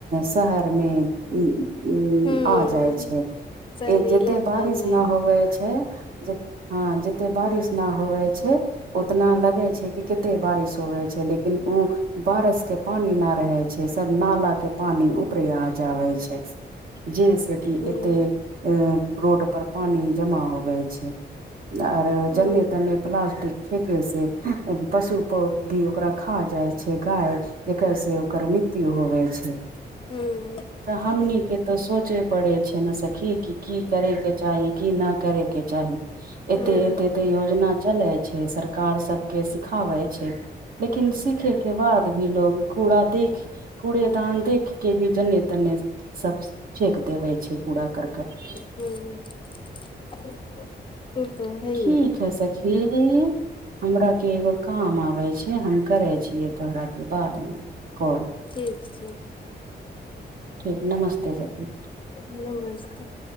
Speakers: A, on the right; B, on the left.
A: शहर में
B: हूँ
A: <unintelligible> आ जाइ छैय
B: शहरी
A: जते
B: इलाका
A: बारिश
B: मे
A: ना होवे छैय जे हँ जतेक बारिश
B: हूँ
A: ना होवै छैय उतना लगे छैय कि कते बारिश होबे छैय लेकिन उऽ बारिश केँ पानी ना रहे छै सब नाला केँ पानी ऊपरे आ जाबे छै जैसै कि
B: हूँ
A: एते अ रोड पर पानी जमा हो रहे है <inaudible> आर
B: हूँ
A: जन्ने तन्ने प्लास्टिक फेके से पशु प भी ओकरा खा जाइ छैय गाय जकर से ओकर मृत्यु होवै छैय।
B: हूँ
A: तऽ हमनी केँ तऽ सोचय पड़ै छैय न सखी कि की करय केँ चाही की ना करयकेँ चाही। एते
B: हूँ
A: एते तऽ योजना चलै छैय सर कार सब केँ सिखाबै छैय लेकिन सीखे केँ बाद भी लोग कूड़ा देख कूड़ेदान देख केँ भी जन्ने तन्ने सब फेक देबे छैय कूड़ा करकट
B: हु <unintelligible> ओ तो हैय।
A: ठीक है सखी हमरा केँ एगो काम आबे छैय हम करे छियै तोहराक कऽ बाद म कॉल।
B: ठीक छैय।
A: ठीक नमस्ते सखी।
B: <inaudible> नमस्ते